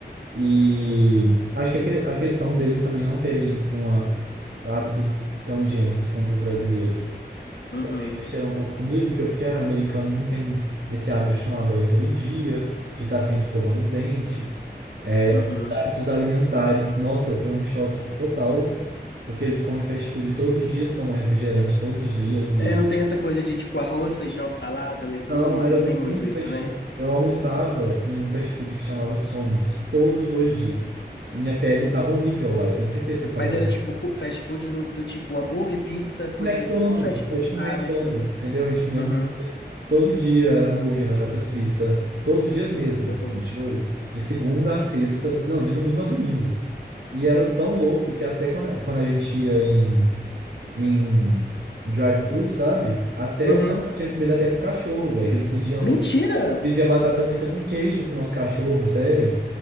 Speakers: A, on the right (about 65°); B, on the left (about 75°).
A: E acho que a que- a questão deles também não terem uma, hábitos tão higiênicos quanto os brasileiros.
B: Uhum.
A: mexeram um pouco comigo, que eu fiquei, ah, americano não tem esse hábito de tomar banho todo dia, de estar sempre escovando os dentes. É,
B: Uhum.
A: os hábitos alimentares, nossa, foi um choque total, porque eles comem fast food todos os dias, tomam refrigerante todos os dias e
B: É, não tem essa coisa de, tipo, arroz, feijão, salada, legumes,
A: não, era
B: não
A: muito
B: tem muito isso,
A: fast
B: né?
A: food. Eu almoçava em um fast food que chamava Sonic todos os dias. E minha pele tava horrível lá, eu tenho certeza que foi por causa
B: Mas era
A: da-
B: tipo cu- fast food no- do tipo hambúrguer, pizza, coisas
A: McDonald's,
B: assim, ou fast food?
A: é tipo
B: Ah,
A: um McDonald's,
B: McDonald's.
A: entendeu? A gente comia
B: Uhum.
A: Todo dia era hambúrguer, batata frita, todos os dias mesmo,
B: Nossa, Deus
A: assim,
B: me livre.
A: tipo, de segunda a sexta, não, de domingo a domingo. E era tão louco que até quando, quando a gente ia em, em drive-thru, sabe? Até
B: Uhum.
A: o cara tinha comida até pro cachorro, velho, que eles pediam,
B: Mentira!
A: pedia batata frita com queijo pro nosso cachorro, sério.